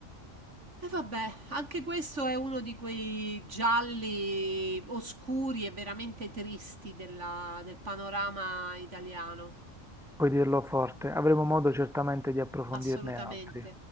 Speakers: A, on the right; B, in the centre.
A: E vabbè, anche questo è uno di quei gialli oscuri e veramente tristi della- del panorama italiano.
B: puoi dirlo forte, avremo modo certamente di approfondirne
A: Assolutamente.
B: altri.